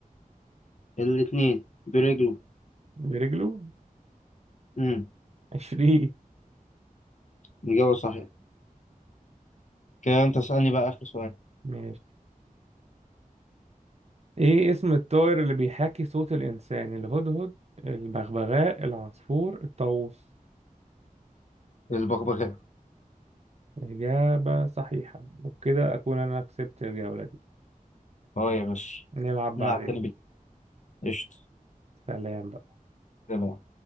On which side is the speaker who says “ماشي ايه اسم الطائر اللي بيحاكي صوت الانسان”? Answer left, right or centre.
Right